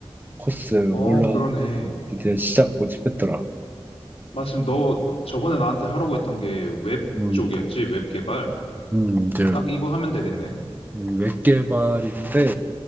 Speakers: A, on the right; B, on the left.
A: 코스 올라
B: 어, 그러네.
A: 이제 시작 모집했더라.
B: 마침 너 나- 저번에 나한테 하라고 했던 게 웹
A: 음,
B: 쪽이었지? 웹 개발?
A: 음, 이제
B: 딱 이거 하면 되겠네.
A: 웹 개발인데